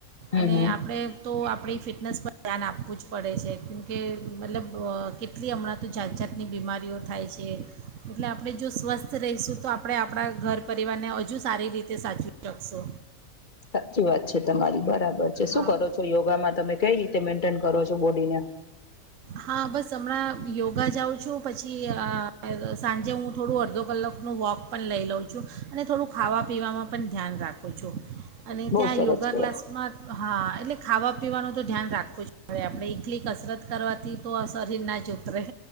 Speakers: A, on the left; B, on the right.
A: હમ
B: અને આપણે તો આપણી ફિટનેસ પર ધ્યાન આપવું જ પડે છે કેમકે મતલબ કેટલી હમણાં તો જાત જાતની બીમારીઓ થાય છે એટલે આપણે જો સ્વસ્થ રહીશું તો આપણે આપણા ઘર તો પરિવાર ને હજુ સારી રીતે સાચવી શકશુ
A: સાચી વાત છે તમારી બરાબર છે શું
B: હા
A: કરો છો યોગામાં તમે કઈ રીતે મેન્ટેન કરો છો બોડીને.
B: હા બસ હમણાં યોગા જાઉં છું પછી સાંજે હું થોડું અડધો કલાકનું વોક પણ લઈ લઉં છું અને થોડું ખાવા પીવામાં પણ ધ્યાન રાખો છું અને
A: બહુ
B: ત્યાં
A: સરસ
B: યોગા
A: કહેવાય
B: ક્લાસમાં માં હા એટલે. ખાવા પીવાનું તો ધ્યાન રાખવું જ પડે આપણે એકલી કસરત કરવાથી તો શરીર ના જ ઉતરે.